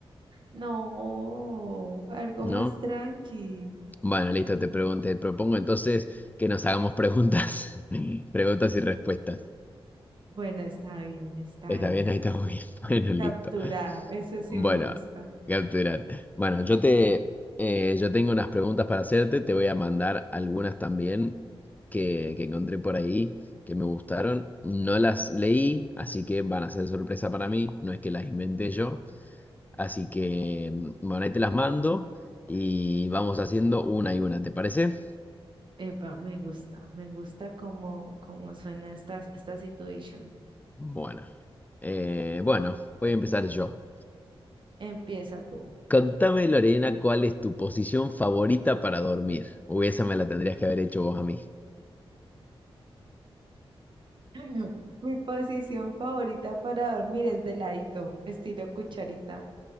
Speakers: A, on the right; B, on the left.
A: No, algo
B: ¿No?
A: más tranqui.
B: Bueno, listo, te pregun- te propongo entonces que nos hagamos preguntas, <laughs> preguntas y respuestas.
A: Bueno, está bien, está
B: Está
A: bien.
B: bien, ahí estamos bien. <laughs> Bueno, listo.
A: Capturado, eso sí
B: Bueno,
A: me gusta.
B: capturar. Bueno, yo te, eh, yo tengo unas preguntas para hacerte, te voy a mandar algunas también que, que encontré por ahí, que me gustaron. No las leí, así que van a ser sorpresa para mí, no es que las inventé yo. Así que, mm, bueno, ahí te las mando y vamos haciendo una y una, ¿te parece?
A: Epa, me gusta, me gusta cómo, cómo suena esta, esta situación.
B: Bueno, eh, bueno, voy a empezar yo.
A: Empieza tú.
B: Contame, Lorena, ¿cuál es tu posición favorita para dormir? Uy, esa me la tendrías que haber hecho vos a mí.
A: <laughs> Mi posición favorita para dormir es de ladito, estilo cucharita.